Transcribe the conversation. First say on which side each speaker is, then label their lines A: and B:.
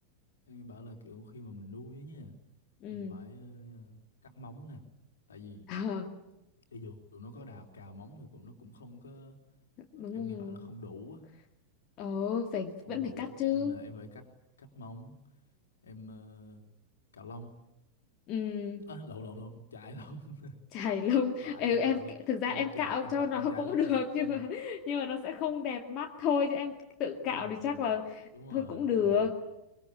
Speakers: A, on the left (about 65°); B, on the left (about 35°).
A: em nghe bảo là kiểu khi mà mình nuôi á nha
B: ừ
A: mình phải ờ, cắt móng nè tại vì
B: <laughs> Ờ,
A: cho dù tụi nó có đào cào móng thì cũng nó cũng không có
B: đúng
A: em nghe bảo là không đủ á
B: ờ phải
A: không
B: vẫn
A: đủ
B: phải cắt chứ
A: nên là em phải cắt cắt móng em ờ, cạo lông
B: ừ
A: à, lộn lộn lộn chải lông <laughs>
B: chải lông
A: vãi
B: Ê,
A: rồi
B: em
A: cạo lông
B: thực ra
A: em
B: em
A: chạo
B: cạo
A: em
B: cho
A: cạo
B: nó
A: em
B: <laughs>
A: chải
B: cũng
A: lông
B: được
A: ừ.
B: nhưng mà nhưng mà nó sẽ không đẹp mắt thôi chứ em tự
A: Ừ.
B: cạo thì chắc là
A: đúng rồi
B: thôi cũng
A: đúng
B: được
A: rồi